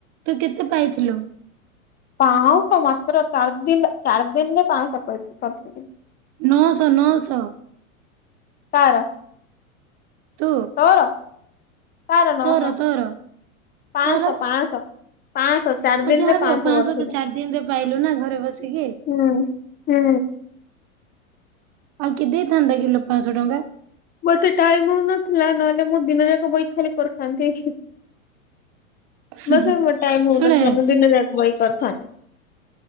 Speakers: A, on the right (about 35°); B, on the left (about 20°).
A: ତୁ କେତେ ପାଇଥିଲୁ।
B: ପାଁଶହ ମାତ୍ର ଚାରି ଦିନ ଚାରି ଦିନରେ ପାଁଶହ କରି କରିଥିଲି।
A: ନଅଶହ ନଅଶହ।
B: ତାର।
A: ତୁ?
B: ତୋର କାହାର ନଅଶହ
A: ତୋର ତୋର
B: ପାଁଶହ
A: ତୋର
B: ପାଁଶହ ପାଁଶହ। ଚାରି
A: ହଉ
B: ଦିନରେ
A: ଯାହାବି ହଉ ପାଁଶହ
B: କରିଥିଲେ
A: ତ ଚାରି ଦିନରେ ପାଇଲୁ ନା ଘରେ ବସିକି।
B: ହୁଁ ହୁଁ।
A: ଆଉ କିଏ ଦେଇଥାନ୍ତା କିିଲୋ ପାଞ୍ଚଶହ ଟଙ୍କା?
B: ମୋତେ ଟାଇମ ହଉନଥିଲା, ନହେଲେ ମୁଁ ଦିନ ଯାକ ବଇକି ଖାଲି କରିଥାନ୍ତି।
A: <inaudible>
B: ମ ସେ ଟାଇମ ହଉନଥିଲା,
A: ଶୁଣେ
B: ମୁ ଦିନ ଯାକ ବଇକି କରଥାନ୍ତି।